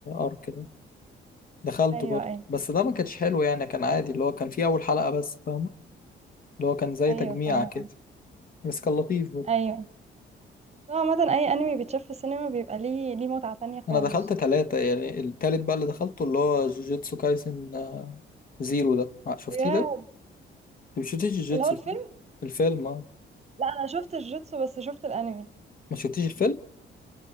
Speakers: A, on the left; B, on the right.
A: أرك كده دخلته
B: ايوه
A: برضه
B: ايوه
A: بس ده ما كانش حلو يعني كان عادي اللي هو كان فيه أول حلقة بس فاهم اللي هو كان زي
B: ايوه
A: تجميع
B: فاهمة
A: كده بس كان لطيف برضه
B: ايوه هو عامة أي أنمي بيتشاف في السينما بيبقى ليه ليه متعة تانية خالص
A: انا دخلت ثلاثة يعني التالت بقى اللي دخلته اللي هو جوجيتسو كايسن آه، زيرو ده آه، شفتيه
B: بجد
A: ده؟ انت ما شفتيش جوجيتسو
B: اللي هو الفيلم
A: صح؟ الفيلم اه
B: لا أنا شفت الجوتسو بس شفت الأنمي
A: ما شفتيش الفيلم؟